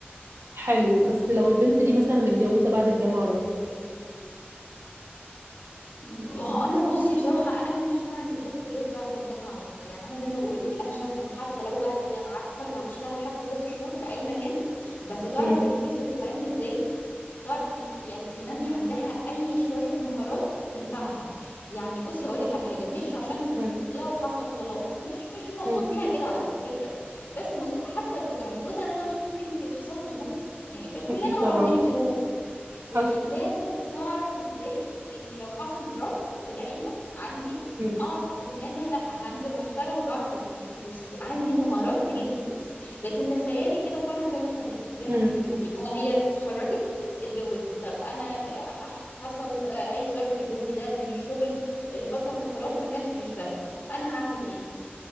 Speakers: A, on the right (about 85°); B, on the left (about 60°).
A: حلو بس لو البنت دي مثلا متجوزه بعد الجامعه على طول
B: ما هو انا بصي بصراحه انا مش مع ان البنت تتجوز بعد الجامعه على طول يعني انا زي ما بقول لك انا شايفه انه حتى لو بعد الجامعه عارفه لو هتشتغل حتى ست شهور في اي مكان بس تعرف
A: امم
B: الفلوس بتتعمل ازاي تعرف يك- يعني تنمي عندها اي شوية مهارات تنفعها يعني بصي هقولك على حاجة مش عشان
A: حلو
B: لو حصل طلاق مش مش المقصود
A: امم
B: بيها كده على فكرة بس المقصود حتى جو يعني جوزها ده نفسه ممكن يحصل له ظروف يعني
A: اكيد
B: كلنا
A: طبعا
B: معرضين لظروف يعني
A: حصل
B: لازم تعرف ازاي ان لو حصل دروب في العيلة عندي
A: امم
B: اعرف ان انا لا هنزل هشتغل وهعرف اجيب فلوس عندي مهارات تجيب لي فلوس لكن تخيلي كده فعلا زي ما احنا بن... زي
A: امم
B: ما انت بتقولي انا هي اتخرجت اتجوزت طب انا ح- حصل آه، اي ظرف لجوزي ده من الشغل لفترة من الفترات ما كانش بيشتغل انا هعمل ايه